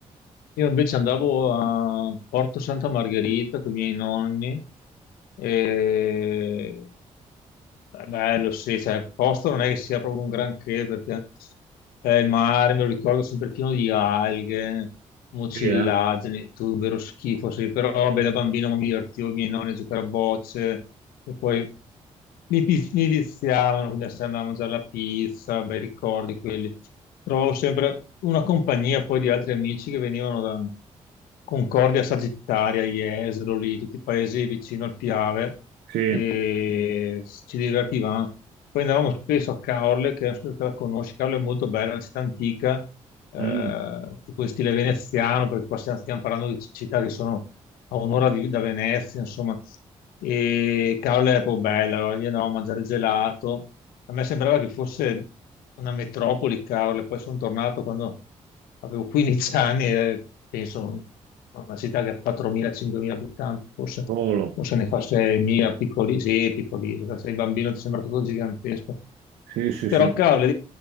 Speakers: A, on the left; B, on the right.
A: Io invece andavo a Porto Santa Margherita con i miei nonni e è bello, sì, cioè, il posto non è che sia proprio un granché perché eh, il mare, me lo ricordo sempre pieno di alghe, mucillagini,
B: Sì, eh?
A: tutto un vero schifo, sì, però vabbè, da bambino mi divertivo, i miei nonni a giocare a bocce e poi mi, pi- mi viziavano, quindi se andavo a mangiare la pizza, bei ricordi quelli. Trovavo sempre una compagnia poi di altri amici che venivano da Concordia Sagittaria, Jesolo, lì, tutti i paesi vicino al Piave
B: Sì,
A: e ci divertivamo. Poi andavamo spesso a Caorle, che non so se la conosci, Caorle è molto bella, è una città antica, eh,
B: Mm,
A: tipo in stile veneziano, perché qua stiamo, stiamo parlando di città che sono a un'ora di- da Venezia, insomma, e Caorle è proprio bella, allora lì andavamo a mangiare gelato. A me sembrava che fosse una metropoli, cavolo, e poi sono tornato quando avevo 15 <laughs> anni e penso "No, una città che ha 4.000-5.000 abitanti, forse,
B: solo,
A: forse ne fa 6.000, piccoli, sì, piccoli, se sei bambino ti sembra tutto gigantesco.
B: sì, sì,
A: Però,
B: sì,
A: cavolo,